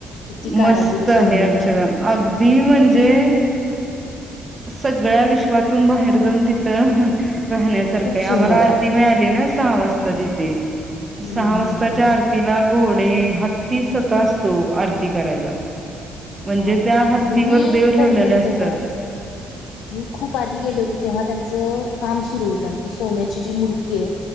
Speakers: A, on the left; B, on the right.
A: किती कारागिरी
B: मस्त
A: सुंदर
B: आहे अक्षरधाम अगदी म्हणजे सगळ्या विश्वातून बाहेर जाऊन तिथं राहण्यासारखे
A: खूप
B: आम्हाला
A: सुंदर आहे
B: आरती
A: आतून
B: मिळाली ना सहा वाजता तिथे
A: हम्म
B: सहा
A: हम्म
B: वाजताच्या
A: हम्म हम्म
B: आरतीला घोडे हत्तीत असतो आरती करायला म्हणजे
A: हा
B: त्या हत्तीवर
A: कारण मी
B: देव ठेवलेले
A: कधी माहित
B: असतात
A: आहे का मी खूप आधी गेले होते तेव्हा त्यांचं काम सुरू होतं आणि ती सोन्याची जी मूर्ती आहे